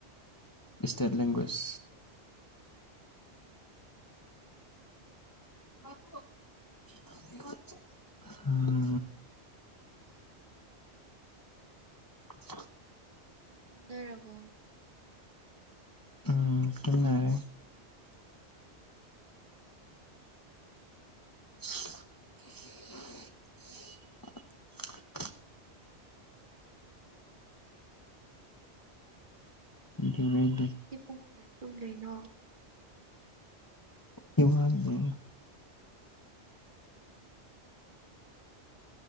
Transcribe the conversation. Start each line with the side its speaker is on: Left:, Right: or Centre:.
Left: ꯏꯁꯇꯦꯠ ꯂꯦꯡꯒ꯭ꯋꯦꯖ
Right: ꯎꯝ
Left: <inaudible> <inaudible>
Right: ꯃꯤ ꯇꯨꯝꯊꯔꯕꯣ꯫
Left: ꯎꯝ ꯇꯨꯝꯅꯔꯦ꯫
Right: ꯎꯝ꯫
Left: <inaudible>
Right: ꯑꯩꯈꯣꯏꯁꯦ
Left: ꯑꯗꯨꯒꯩꯗꯤ
Right: ꯅꯪꯗꯤ ꯄꯨꯡ ꯀꯌꯥ ꯇꯨꯝꯗꯣꯏꯅꯣ꯫
Left: ꯑꯩ ꯋꯠꯂꯤ꯫
Right: ꯎꯝ꯫